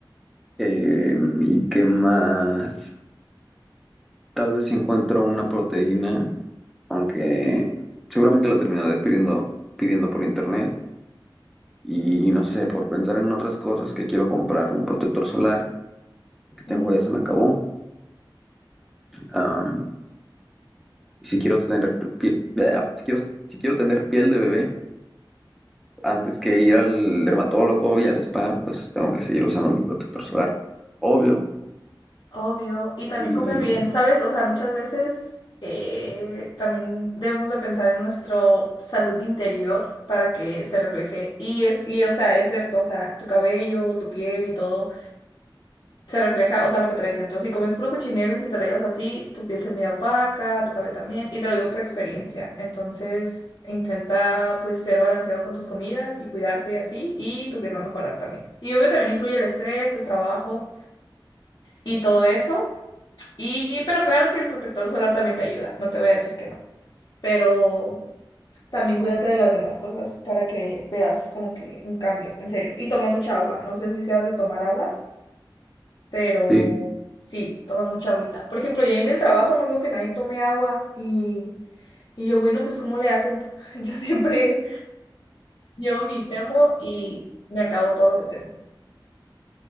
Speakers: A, in the centre; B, on the left.
A: Eh, ¿y qué más? Tal vez si encuentro una proteína, aunque seguramente la terminaré pidiendo, pidiendo por internet. Y no sé, por pensar en otras cosas que quiero comprar, un protector solar que tengo
B: Ujú.
A: ya se me acabó. Am, y si quiero tener, pi- bleh, si quiero, si quiero tener piel de bebé, antes que ir al dermatólogo y al spa, pues tengo que seguir usando mi protector solar, obvio.
B: Obvio, y también
A: Y
B: comer bien, ¿sabes? O sea, muchas veces eh, también debemos de pensar en nuestra salud interior para que se refleje. Y es, y o sea, es cierto, o sea, tu cabello, tu piel y todo se refleja, o sea, lo que traes dentro. Si comes puro cochinero y si te la llevas así, tu piel se mira opaca, tu cabello también, y te lo digo por experiencia. Entonces, intenta pues ser balanceado con tus comidas y cuidarte así, y tu piel va a mejorar también. Y obvio también influye el estrés, el trabajo y todo eso. Y, pero claro que el protector solar también te ayuda, no te voy a decir que no. Pero también cuídate de las demás cosas para que veas como que un cambio, en serio. Y toma mucha agua, no sé si seas de tomar agua, pero
A: sí,
B: sí, toma mucha agüita. Por ejemplo, yo ahí en el trabajo no veo que nadie tome agua y, y yo, bueno, pues ¿cómo le hacen? <laughs> Yo siempre llevo mi termo y me acabo todo lo que tengo.